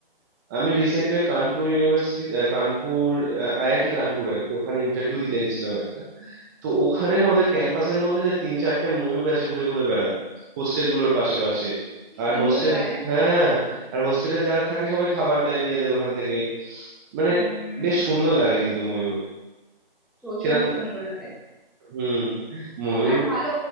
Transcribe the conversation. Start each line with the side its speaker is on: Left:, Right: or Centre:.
Right: আমি recently Kanpur university Kanpur IIT Kanpur আর কি ওখানে ইন্টারভিউ দিতে গেছিলাম একটা তো ওখানে না ওদের ক্যাম্পাসের মধ্যে না তিন চারটে ময়ূর আছে ঘুরে ঘুরে বেড়ায় হোস্টেল গুলোর পাশে পাশে
Centre: কি
Right: আর
Centre: সুন্দর
Right: হোস্টেল
Centre: লাগে
Right: হ্যাঁ আর হোস্টেলে যারা থাকে সবাই খাবার দেয় নিজেদের ওখান থেকেই মানে
Centre: উম
Right: বেশ সুন্দর লাগে কিন্তু ময়ূর
Centre: প্রচন্ড
Right: সেরকম
Centre: সুন্দর লাগে
Right: হুম ময়ূর
Centre: আর ভালো